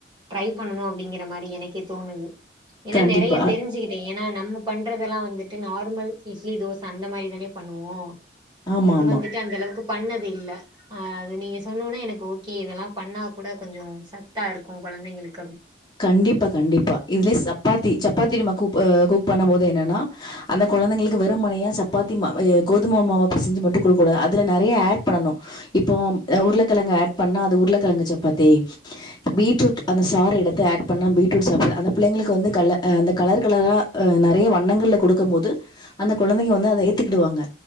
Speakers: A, on the right; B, on the left.
A: ட்ரை பண்ணன்னு அப்படிங்கற மாரி எனக்கே தோணுது ஏன்னா
B: கண்டிப்பா
A: நெறையா தெரிஞ்சுக்கிட் டேன்னா நம்ம பண்றதெல்லா வந்துட்டு நார்மல் இட்லி தோச அந்த மாரி தானே பண்ணுவோ
B: ஆமா
A: இது
B: ஆமா
A: வந்துட்டு அந்த அளவுக்கு பண்ணது இல்ல அ அது நீங்க சொன்னோனா எனக்கு ஓகே இதெல்லா பண்ணா கூட கொஞ்சோ சத்தாருக்கு குழந்தைங்களுக்
B: கண்டிப்பா கண்டிப்பா இதுலயே சப்பாத்தி சப்பாத்தி நம்ம குப குக் பண்ணும் போது என்னன்னா அந்த கொழந்தைங்களுக்கு வெறும்மனையா சப்பாத்தி மா வய கோதும மாவ பெசஞ்சி மட்டு குடுக் கூடாது அதுல நெறையா ஆட் பண்ணணு இப்போம் அ உருளைக்கிழங்கு ஆட் பண்ணா அது உருளைக்கிழங்கு சப்பாத்தி பீட்ரூட் அந்த சார எடுத் து ஆட் பண்ணா பீட்ரூட் சாப்பிடுற அந்த பிள்ளைங்களுக்கு வந்து கல அந்த கலர் கலரா அ நெறைய வண்ணங்கள்ல குடுக்கும் போது அந்த கொழந்தைங்க வந்து அத ஏத்துக்கிடுவாங்க